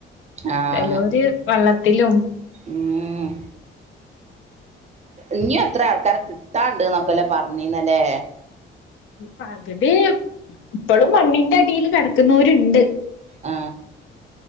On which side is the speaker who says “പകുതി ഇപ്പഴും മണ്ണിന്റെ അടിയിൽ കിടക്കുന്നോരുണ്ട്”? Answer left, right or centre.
Left